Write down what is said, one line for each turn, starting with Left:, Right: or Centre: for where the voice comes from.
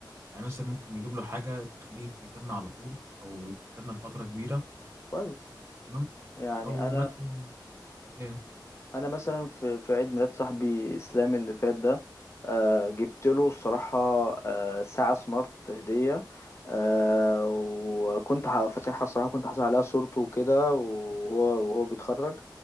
Right: يعني مثلا ممكن نجيب له حاجة تخليه يفتكرنا على طول أو يفتكرنا لفترة كبيرة
Left: كويس
Right: تمام
Left: يعني
Right: أو
Left: انا
Right: مثلا إيه
Left: انا مثلا في في عيد ميلاد صاحبي اسلام اللي فات ده آه جبت له الصراحه آه ساعه سمارت هديه آه وكنت ه- فاتحها الصراحه كنت حاطط عليها صورته وكده وهو وهو بيتخرج